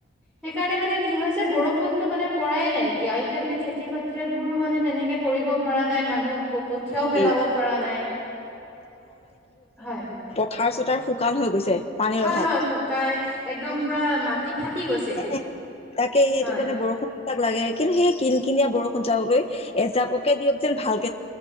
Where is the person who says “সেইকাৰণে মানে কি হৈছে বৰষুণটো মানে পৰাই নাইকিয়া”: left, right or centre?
Centre